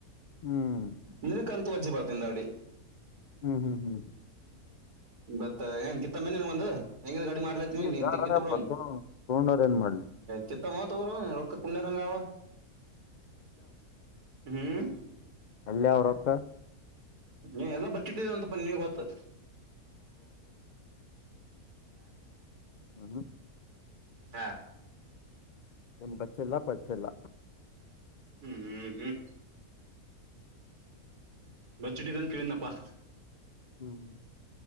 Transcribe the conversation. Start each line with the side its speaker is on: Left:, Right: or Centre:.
Left: ಹ್ಮ್
Right: ನಿನಕಂತ ವಜ್ಜೆ ಬರ್ತಿಂದ ಅಡಿ
Left: ಹ್ಮ್ ಹ್ಮ್ ಹ್ಮ್ ಹ್ಮ
Right: ಬತ್ತ ಏನ್ ಕಿತ್ತಮ್ಮನಿ ನೀ ಒಂದ್ ಹೆಂಗನ್ ಗಾಡಿ ಮಾರ್ಲೈತ್ನ
Left: ಈ
Right: ನೀ
Left: ಬ್ಯಾಡಪ್ಪ
Right: ಕಿತ್ತ ಬಿಡೋ
Left: ತೊಂಡೋರ್ ಏನ್ ಮಾಡ್ಲಿ
Right: ಚಿತ್ತ ಮತ್ ಅವರು ರೊ ಕುಳ್ಳೆ ರಂಗಾವ ಹ್ಮ್
Left: ಅಲ್ಲಿಯ ಅವ್ರ ಹೊತ್ರ
Right: ನೀ ಎಲ್ಲ ಬರ್ಟ್ಟಿಟ್ಟಿದ ಅಂತಪ್ಪ ನೀ ಗತ್ತು
Left: ಹ್ಮ
Right: ಹಾ
Left: ಬಚ್ಚೆಲ್ಲಾ ಪಚ್ಚೆಲ್ಲ
Right: ಹ್ಮ್ ಹ್ಮ್ ಹ್ಮ್ ಬ ಚಿಟ್ಟಿದನ್ ಕೇಳನಪ್ಪಾ
Left: ಹ್ಮ್ ಹ್ಮ್